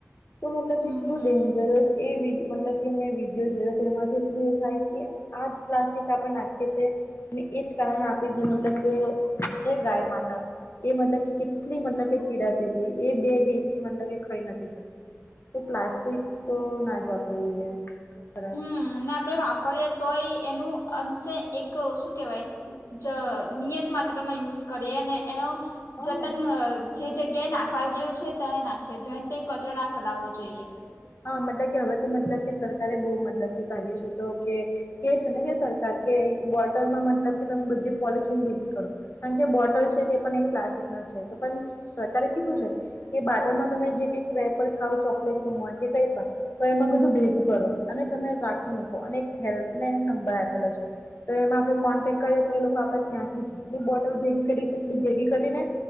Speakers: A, on the left; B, on the left.
A: તો મતલબ
B: હમ્મ
A: કેટલું ડેન્જરસ એ વીડ મતલબ કે મેં વિડીયો જોયો તો એમાંથી એટલું એ થાય કે આજ પ્લાસ્ટિક આપણે નાખીએ છીએ. ને એજ કારણ આપે જે મતલબ કે છે ગાય માતા. એ મતલબ કે કેટલી મતલબ કે પીડાતી તી એ બે વીકથી મતલબ કે ખઈ નતી શકતી. તો પ્લાસ્ટિક તો નાજ વાપરવું જોઈએ. બહુ ખરાબ
B: હમ
A: છે.
B: અને આપે વાપરીએ તોય એનું અંશે એક શું કેવાય જ નિયત માત્રામાં યુઝ કરીએ અને એનો
A: હા
B: જતન જે જગ્યાએ નાખવા જેવું છે ત્યાં નાખે જોઈને તે કચરો ના ફેલાવો જોઈએ.
A: હહ મતલબ કે હવે તો મતલબ કે સરકારે બહુ મતલબ કે કાઢ્યું છે તો કે કે છે ને કે સરકાર કે એક બોટલમાં મતલબ કે તમે બધી પોલિથીન ભેગી કરો. કારણ કે બોટલ છે તે પણ એક પ્લાસ્ટિકનો છે તો પન સરકારે કીધું છે. કે બાટલમાં તમે જે કંઈક રેપર ખાવ ચોકલેટનું હોય કે કઈ પણ તો એમાં બધું ભેગું કરો, અને તમે રાખી મૂકો અને એક હેલ્પલાઈન નંબર આપેલો છે. તો એમાં આપણે કોન્ટેક્ટ કરીએ તો એ લોકો આપડે ત્યાંથી જેટલી બોટલ ભેગી કરી છે જેટલી ભેગી કરીને